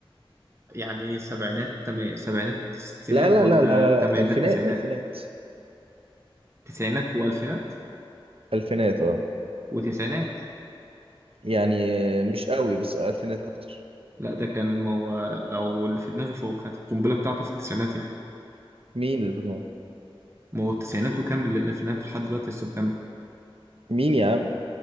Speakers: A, on the right (about 30°); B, on the right (about 75°).
A: يعني سبعينات تمام سبعينات ستينات
B: لا لا
A: ولا
B: لا لا لا
A: تمانينات
B: الفينات
A: تسعينات
B: الفينات
A: تسعينات والفينات
B: الفينات اه
A: وتسعينات
B: يعني مش قوي بس الفينات اكتر
A: لا ده كان ما هو لو اللي في دماغي فهو كانت القنبلة بتاعته في التسعينات يعني
B: مين اللي في الموقف
A: ما هو التسعينات وكمل للألفينات ولحد دلوقتي لسه مكمل
B: مين يا عم